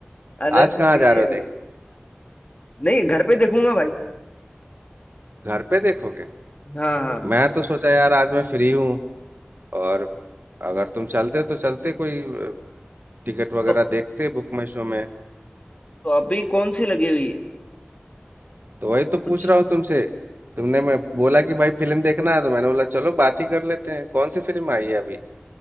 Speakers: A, on the left; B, on the right.
A: अरे
B: आज कहाँ
A: फ्री
B: जा रहे
A: है
B: हो
A: भाई
B: देख
A: नहीं घर पे देखूंगा भाई
B: घर पे देखोगे
A: हाँ हाँ
B: मैं तो सोचा यार आज मैं फ्री हूँ और अगर तुम चलते तो चलते कोई अ, टिकट वगैरह
A: तो,
B: देखते बुक माई शो में
A: तो अभी कौन सी लगी हुई है
B: तो वही तो पूछ
A: कुछ
B: रहा हूँ तुमसे तुमने मैं बोला कि भाई फिल्म देखना है तो मैंने बोला चलो बात ही कर लेते हैं कौन सी फिल्म आई है अभी